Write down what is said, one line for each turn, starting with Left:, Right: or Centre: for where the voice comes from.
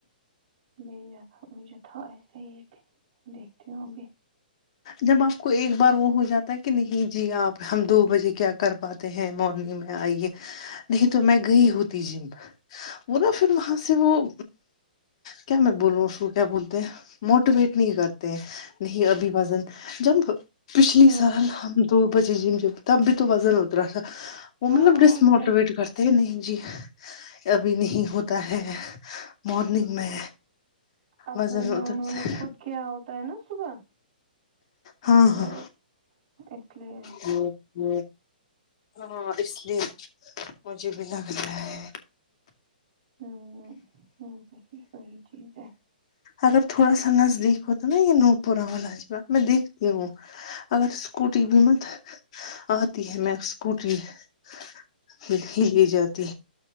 Right: ب تھا مجھے تھا ایسے ہی ایک دیکھتی ہوں بھی
Left: جب آپ کو ایک بار وہ ہو جاتا ہے کہ نہیں جی آپ ہم دو بجے کیا کر پاتے ہیں مارننگ میں آئیے نہیں تو میں گئی ہوتی جم وہ ن پھر وہاں سے وہ کیا میں بولوں اس تو کیا بولتے ہیں موٹیویٹ نہیں کرتے نہیں ابھی وزن جب پچھلی
Right: ہوں
Left: سال ہم دو بجے جم ج تب بھی تو وزن ات رہا تھا وہ
Right: ہاں
Left: مطلب
Right: ہاں
Left: ڈسموٹیویٹ
Right: اور کیا
Left: کر نہیں جی ابھی نہیں ہوتا ہے مارننگ میں
Right: اصل
Left: وزن
Right: میں
Left: اترتا
Right: انہوں نے
Left: ہے۔
Right: خود کیا ہوتا ہے نا صبح
Left: ہاں
Right: تو
Left: ہاں
Right: اس لیے
Left: ہمم ہاں اس لیے مجھے بھی لگ رہا ہے
Right: ہوں ہمم وہی وہی چیز ہے
Left: اگر تھوڑا سا نزدیک ہو تو نا یہ نو پورا ہوا نجبہ میں دیکھتی ہوں اگر اسکوٹی بھی مت آتی ہے میں اسکوٹی <unintelligible> یہ جاتی